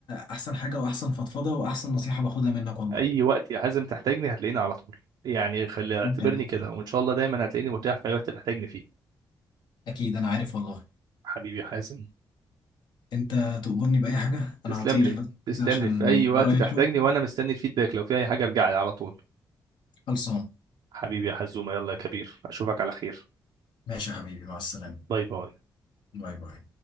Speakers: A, on the left (about 70°); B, on the right (about 70°).
A: احسن حاجه واحسن فضفضه واحسن نصيحه باخدها منك والله
B: اي وقت يا حازم تحتاجني هتلاقيني على طول يعني خلي اعتبرني
A: خليك
B: كده وان شاء الله دايما هتلاقيني متاح في اي وقت تحتاجني فيه
A: اكيد انا عارف والله
B: حبيبي يا حازم
A: انت تأمرني بأي حاجه
B: تسلم
A: انا هطير
B: لي
A: بس
B: تسلم
A: عشان
B: لي في اي وقت
A: ورايا
B: تحتاجني
A: شغل
B: وانا مستني الفيدباك لو في اي حاجه ارجع لي على طول
A: خلصان
B: حبيبي يا حزومه يلا يا كبير اشوفك على خير
A: ماشي يا حبيبي مع السلامة
B: باي باي
A: باي باي